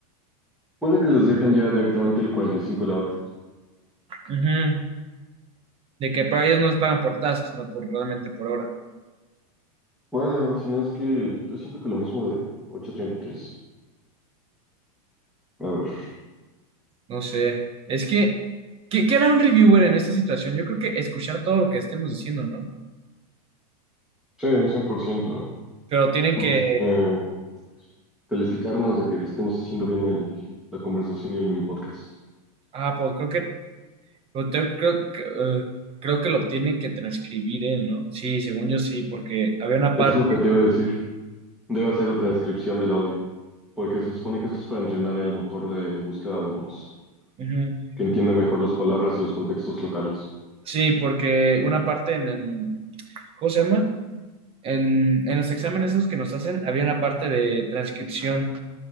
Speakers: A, in the centre; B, on the right (about 30°).
A: Ponle que los dejan ya directamente el 45 la hora.
B: Ujú. De que para ellos no les pagan por tasks, no por realmente por hora.
A: Bueno, si no es que yo siento que lo mismo de ocho treinta y tres. A ver,
B: No sé. Es que, ¿qué, qué hará un reviewer en esta situación? Yo creo que escuchar todo lo que estemos diciendo, ¿no?
A: sí, 100%.
B: Pero tienen
A: Pues
B: que,
A: eh, calificarnos de que estemos haciendo bien el, la conversación y el mini podcast.
B: ah, pues creo que, pero te- creo que, eh, creo que lo tiene que transcribir él, ¿no? Sí, según yo sí, porque había una
A: Es
B: parte,
A: lo que te iba a decir. Debe hacer la transcripción del audio porque se supone que esto es para entrenar el motor de búsqueda de voz,
B: ujú,
A: que entienda mejor las palabras y los contextos locales.
B: sí, porque una parte en, el, ¿cómo se llama? En, en los exámenes esos que nos hacen, había una parte de transcripción.